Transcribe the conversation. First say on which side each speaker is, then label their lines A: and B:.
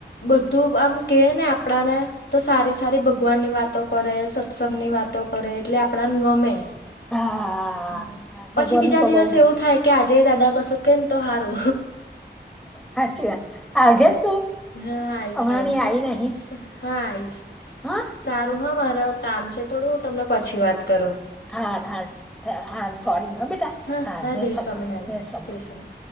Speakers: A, on the left; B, in the centre.
A: બધું આમ કેએને આપણાને તો સારી-સારી ભગવાનની વાતો કરે, સત્સંગની વાતો કરે એટલે આપણાને ગમે.
B: હા
A: હમ્મ.
B: હા
A: પછી
B: ભગવાનનું
A: બીજા
B: તો
A: દિવસ
B: બઉ
A: એવું થાય કે આજે દાદા કશું કેનને તો હારુ.
B: હાચી વાત. આવજેન તું.
A: હા આઈશ-આઈશ
B: હમણાં ની આવી
A: હો,
B: નહી
A: હા આઈશ.
B: હા.
A: સારું હા માર કામ છે થોડું. હું તમને પછી વાત કરું.
B: હાર-હાર-હાર સોરી હ બેટા.
A: હા
B: હાર
A: હા
B: જય સોનાથ-જય
A: સ્વામિનારાયણ
B: સોમનાથ.
A: જય સ્વામી